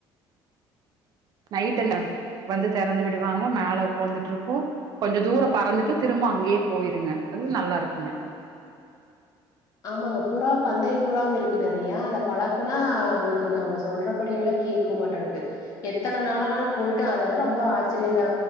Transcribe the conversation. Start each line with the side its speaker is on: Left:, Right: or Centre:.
Right: நைட்டனம் வந்து திறந்து விடுவாங்க மேல உக்காந்துட்ருக்கு கொஞ்ச தூர பறந்துட்டு திரும்ப அங்கேயே போயிருங்க அதுவு நல்லா இருக்குங்க
Left: ஆமாங்க புறா பந்தய புறாம் இருக்கு நெறையா அத பழக்குனா உங்களுக்கு அவங்க சொல்றபடி எல்லா கேக்குமாட்ருக்கு எத்தன நாளானாலு போயிட்டு அதாது ரொம்ப ஆச்சரியந்தா